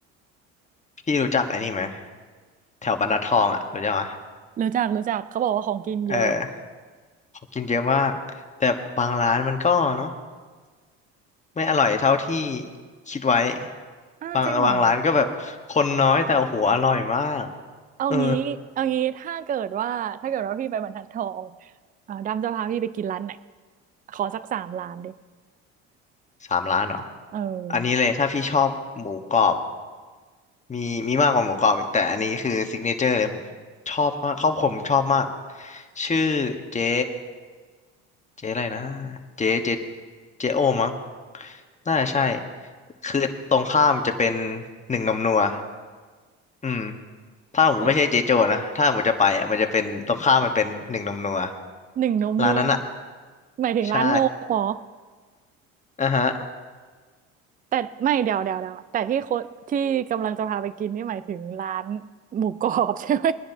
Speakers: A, on the left; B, on the right.
A: พี่รู้จักไอ้นี่ไหมแถวบรรทัดทองอะรู้จักอะ
B: รู้จักรู้จักเขาบอกว่าของกินเยอะ
A: เออขากินเยอะมากแต่บางร้านมันก็เนาะไม่อร่อยเท่าที่คิดไว้
B: อ้าวจริงเหรอ
A: บางบางร้านก็แบบคนน้อยแต่โอ้โหอร่อยมาก
B: เอางี้เอางี้ถ้าเกิดว่าถ้าเกิดว่าพี่ไปบรรทัดทอง
A: เออ
B: เอ่อดำจะพาพี่ไปกินร้านไหนขอสักสามร้านดิ
A: สามร้านเหรอ
B: เออ
A: อันนี้เลยถ้าพี่ชอบหมูกรอบมีมีมากกว่าหมูกรอบอีกแต่อันนี้คือซิกเนเจอร์เลยผมชอบมากครอบครัวผมชอบมากชื่อเจ๊เจ๊อะไรนะเจ๊เจ๊เจ๊โอมั้งน่าจะใช่คือตรงข้ามมันจะเป็นหนึ่งนมนัวอืมถ้าผมไม่ใช่เจ๊โจนะถ้าผมจะไปอ่ะมันจะเป็นตรงข้ามมันเป็นหนึ่งนมนัว
B: เออหนึ่งนมนัว
A: ร้านนั้นอ่ะ
B: หมายถึงร้านนมเหรอ
A: ใช่อ่ะฮะ
B: แต่ไม่เดี๋ยวเดี๋ยวเดี๋ยวแต่ที่โคที่กำลังจะพาไปกินนี่หมายถึงร้านหมูกรอบใช่ไหม